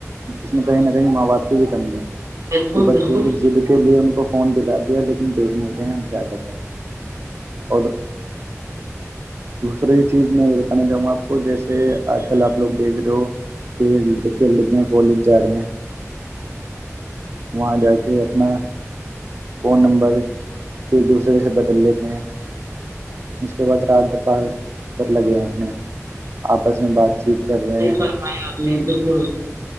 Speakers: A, on the right; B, on the right.
A: اس میں
B: ہاں
A: کہیں نہ کہیں ماں باپ کی بھی <unintelligible>
B: بالکل
A: کہ بچوں
B: بالکل
A: کی جد کے لیے ان کو کو فون دلا دیا لیکن دیکھنے کے ہم کیا کرتے ہیں اور دوسری چیز میں یہ بتانا چاہوں گا آپ کو جیسے آج کل آپ لوگ دیکھ رہے ہو کہ لک لڑکیاں کالج جا رہے ہیں وہاں جا کے اپنا فون نمبر ایک دوسرے سے بدل لیتے ہیں اس کے بعد رات بر بد لگئے ہیں اپنے آپس میں بات چیت کر رہے
B: صی
A: ہیں
B: فرمایا آپ نے بالکل